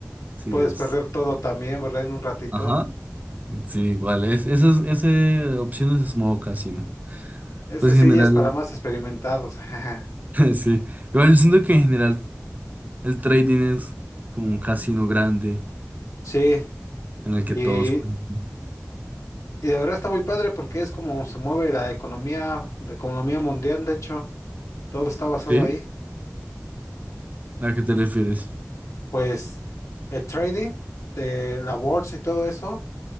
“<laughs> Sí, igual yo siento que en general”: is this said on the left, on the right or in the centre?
Right